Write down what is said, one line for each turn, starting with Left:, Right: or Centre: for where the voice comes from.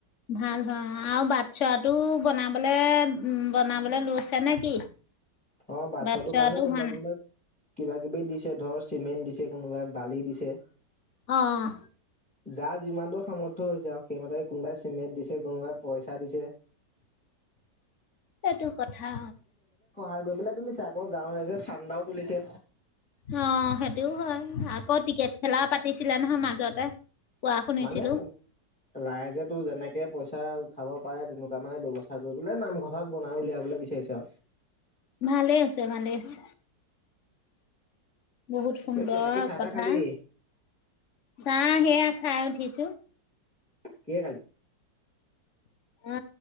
Left: ভাল হয় আৰু বাট চৰাটো বনাবলে উ বনাবলে লৈ আছে নে কি
Centre: অ বাচ্ছাটো
Left: বাটচৰাটো
Centre: কাৰণে কোনোবা
Left: হোৱা নাই
Centre: কোনোবাক কিবা কিবি দিছে ধৰ চিমেণ্ট দিছে কোনোবাই বালি দিছে
Left: অ'
Centre: যাৰ যিমানটো সামৰ্থ হৈছে আৰু সেইমতে কোনবাই চিমেণ্ট দিছে কোনোবাই পইচা দিছে
Left: সেটু কথা
Centre: গৈ পেলে তুলিচা আকৌ গাঁওৰ ৰাইজে চান্দাও তুলিছে
Left: অ', সেইটোও হয়, আকৌ ক্ৰিকেট খেলাও পাতিছিলে নহয় মাজতে কোৱা শুনিছিলো,
Centre: মানে ৰাইজেতটো যেনেকে পইচা খাব পাৰে তেনেকুৱা মানে ব্যৱস্থা কৰিবলে নামঘোকা বনাই উলিয়াবলৈ বিচাৰিছে আৰু
Left: ভালে আছে ভালে আছে বহুত সুন্দৰ
Centre: সেইটোৱে বাকী চাহ তাহ
Left: কথা
Centre: খালি
Left: চাহ সেয়া খাই উঠিছো।
Centre: কিহেৰে খালি?
Left: অ